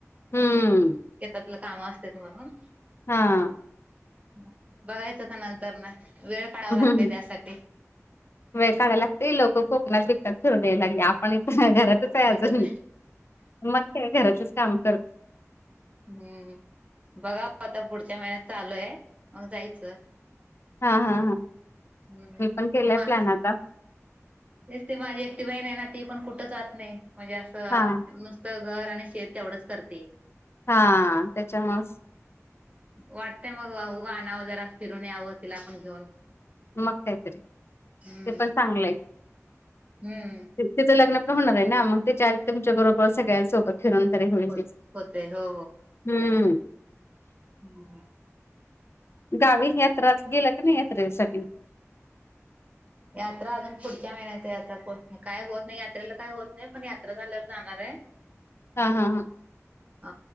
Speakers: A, on the left; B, on the right.
A: हम्म
B: शेतातलं काम असत्यात म्हणून?
A: हां.
B: मग बघायचं का नंतरण वेळ काढाव
A: हम्म
B: लागतंय त्यासाठी.
A: वेळ काढा लागतोय, लोकं कोकणात सुट्यात फिरून याय लागले, आपण इथं घरात <unintelligible> काय अजून,
B: इथच
A: मग काय घरातलेच काम करते.
B: हम्म, बघा आता पुढच्या महिन्यात चालूये, मग जायचं.
A: हां, हा हा,
B: हम्म
A: मी
B: ते
A: पण केलाय
B: मा
A: प्लॅन आता.
B: तेच ते माझी एकटी बहीण आहे ना, ती पण कुठं जात नाही, म्हणजे असं
A: हा
B: नुस त घर आणि शेत तेवढंच करतीये.
A: हां, त्याच्यामुळंच
B: वाटतंय मग आहो, आणावं जरा फिरून यावं, तिला पण घेऊन.
A: मग काय तरी,
B: हम्म
A: ते पण चांगलंय.
B: हम्म.
A: तिचं लग्न पण होणार आहे ना, मग तेच्या आधी तुमच्या बरोबर सगळ्यांसोबत फिरून तरी होईल
B: होत
A: तिचं,
B: होते हो
A: हम्म.
B: हम.
A: गावीच यात्रात गेला का नाही यात्रेसाठी?
B: यात्रा अजून पुढच्या महिन्यात आहे, आता को काय होत नाही, यात्रेला काय होत नाही, पण यात्रा झाल्यावर जाणार आहे. <inaudible>
A: हां, हा हा.
B: अ...